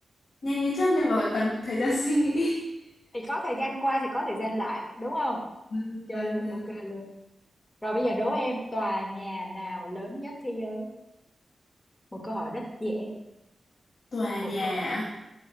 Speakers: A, on the left; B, on the left.
A: Nhanh như chớp nhưng mà cần thời gian suy nghĩ. <laughs>
B: thì có thời gian qua thì có thời gian lại đúng không
A: Vâng,
B: chơi
A: vâng,
B: luôn
A: vâng.
B: ok luôn rồi bây giờ đố em tòa nhà nào lớn nhất thế giới một câu hỏi rất dễ
A: Tòa
B: một
A: nhà,
B: câu
A: à?